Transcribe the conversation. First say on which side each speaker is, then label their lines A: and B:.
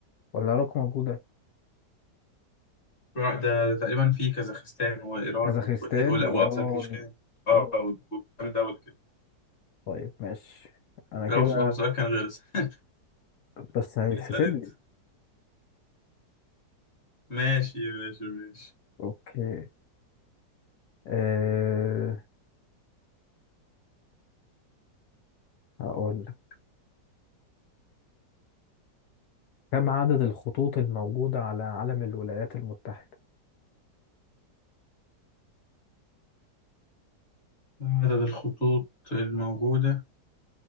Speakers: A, on the left; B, on the left.
A: ولا العراق موجودة
B: آه. ده تقريبا في كازاخستان وإيران
A: كازاخستان
B: والج- والحت- وال-
A: وإيران
B: وأذربيجان اه
A: إيران
B: و- وكام دولة كده
A: طيب ماشي أنا
B: لو
A: كده
B: س- هو سؤال كان غير السؤال.
A: بس هيتحسب
B: اسأل أنت
A: لي
B: ماشي ماشي ماشي
A: أوكي أه... هقول لك كم عدد الخطوط الموجودة على علم الولايات المتحدة؟
B: عدد الخطوط الموجودة